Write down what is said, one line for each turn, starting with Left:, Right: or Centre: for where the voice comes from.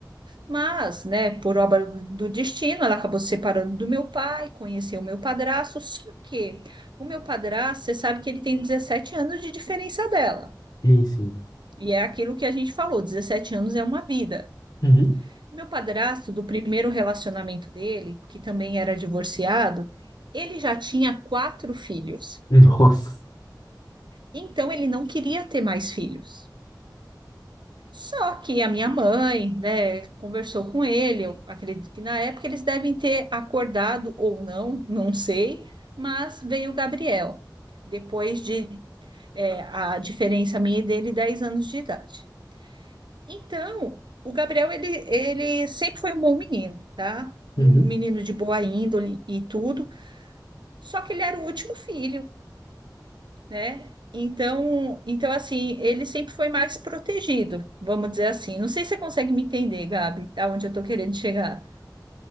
Right: mas, né, por obra do destino, ela acabou se separando do meu pai, conheceu o meu padrasto, só que o meu padrasto, você sabe que ele tem 17 anos de diferença dela.
Left: Sim, sim.
Right: E é aquilo que a gente falou, 17 anos é uma vida.
Left: Uhum.
Right: Meu padrasto, do primeiro relacionamento dele, que também era divorciado, ele já tinha quatro filhos.
Left: Nossa.
Right: Então, ele não queria ter mais filhos. Só que a minha mãe, né, conversou com ele. Eu acredito que na época eles devem ter acordado ou não, não sei, mas veio o Gabriel, depois de é, a diferença minha e dele, 10 anos de idade. Então, o Gabriel, ele, ele sempre foi um bom menino, tá? Um
Left: Uhum.
Right: menino de boa índole e tudo, só que ele era o último filho né? Então, então assim, ele sempre foi mais protegido, vamos dizer assim. Não sei se você consegue me entender, Gabi, aonde eu estou querendo chegar.